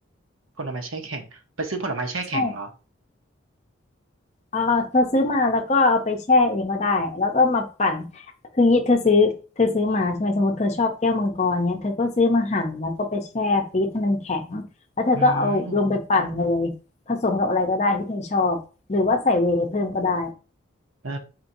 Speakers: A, on the right (about 80°); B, on the left (about 35°).
A: ผลไม้แช่แข็งไปซื้อผลไม้แช่แข็งเหรอ
B: ใช่ อ่าเธอซื้อมาแล้วก็เอาไปแช่เองก็ได้แล้วก็มาปั่นคืองี้เธอซื้อเธอซื้อมาใช่ไหมสมมติเธอชอบแก้วมังกรเนี้ยเธอก็ซื้อมาหั่นแล้วก็ไปแช่ฟรีซให้มันแข็งแล้วเธอก็เอาลงไปปั่นเลยผสมกับอะไรก็ได้ที่เธอชอบหรือว่าใส่เวย์เพิ่มก็ได้
A: อืมเออ